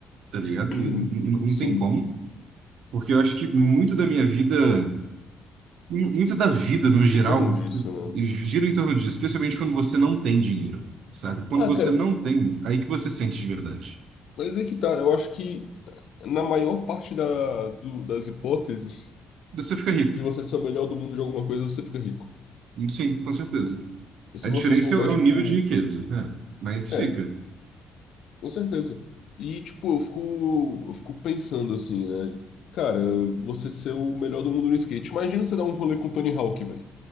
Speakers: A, on the right; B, on the left.
A: tá ligado?
B: Hum,
A: Não, não- não
B: Sim,
A: tem como. Porque eu acho que muito da minha vida, mu- muito da vida no
B: fica
A: geral,
B: em torno disso, né?
A: gira em torno disso, especialmente quando você não tem dinheiro, sabe? Quando
B: Ah,
A: você
B: cara,
A: não tem, aí que você sente de verdade.
B: mas é que tá. Eu acho que na maior parte da, do- das hipóteses
A: Você fica rico.
B: de você ser o melhor do mundo de alguma coisa, você fica rico.
A: Sim, com certeza.
B: Se
A: A diferença
B: você souber,
A: é o é o
B: tipo,
A: nível de riqueza, é, mas
B: é,
A: fica.
B: com certeza. E, tipo, eu fico, eu fico pensando assim, né? Cara, você ser o melhor do mundo no skate. Imagina você dar um rolê com o Tony Hawk, velho.